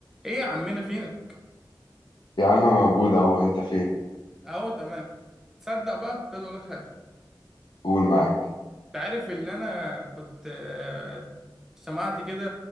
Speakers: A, in the centre; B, on the left (about 75°).
A: ايه يا عمنا فينا
B: يا عم موجود اهو انت فين
A: اهو تمام تصدق بقى ابتدى اقول لك حاجه
B: قول معاك
A: انت عارف ان انا كنت آه، سمعت كده